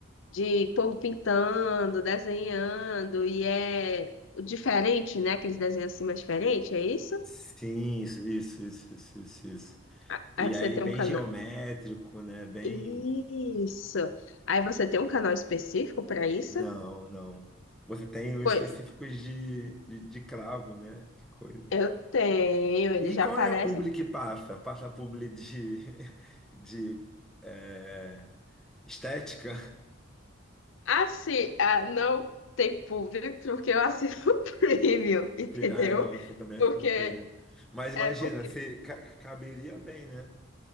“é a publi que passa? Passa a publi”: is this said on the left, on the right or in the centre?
Centre